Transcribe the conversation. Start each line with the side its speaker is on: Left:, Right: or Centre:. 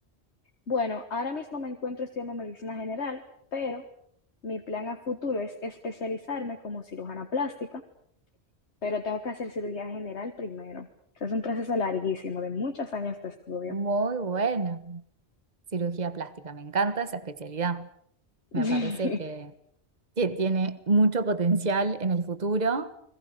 Left: Bueno, ahora mismo me encuentro estudiando medicina general, pero Mi plan a futuro es especializarme como cirujana plástica, pero tengo que hacer cirugía general primero. Es un proceso larguísimo, de muchos años de estudio.
Right: Muy buena. Cirugía plástica, me encanta esa especialidad.
Left: <laughs>
Right: Me parece que, que tiene mucho potencial en el futuro,